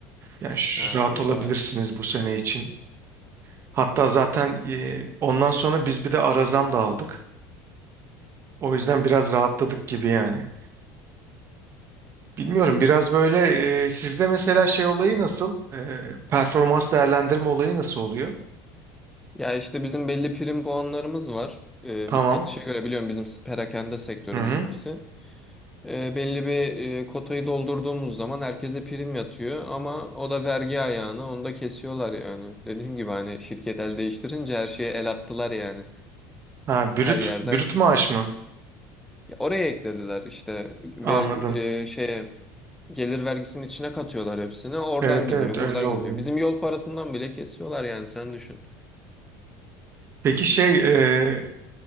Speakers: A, on the right; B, in the centre.
A: Yani şu-
B: Ha,
A: rahat
B: iyi
A: olabilirsiniz
B: bari.
A: bu sene için. Hatta zaten e, ondan sonra biz bir de ara zam da aldık. O yüzden biraz rahatladık gibi yani. Bilmiyorum biraz böyle e, sizde mesela şey olayı nasıl? E, performans değerlendirme olayı nasıl oluyor?
B: Ya işte bizim belli prim puanlarımız var. Ee,
A: Tamam.
B: biz satışa göre biliyorum bizim perakende sektörü
A: Hı hı.
B: bizimkisi. Ee, belli bir e, kotayı doldurduğumuz zaman herkese prim yatıyor ama o da vergi ayağını onu da kesiyorlar yani. Dediğim gibi hani şirket el değiştirince her şeye el attılar yani
A: Ha, brüt,
B: her yerden
A: brüt maaş mı?
B: Oraya eklediler işte ver,
A: Anladım.
B: e, şeye gelir vergisinin içine katıyorlar hepsini. Oradan
A: Evet
B: gidiyor,
A: evet öyle
B: buradan
A: oluyor.
B: gidiyor. Bizim yol parasından bile kesiyorlar yani sen düşün.
A: Peki şey e,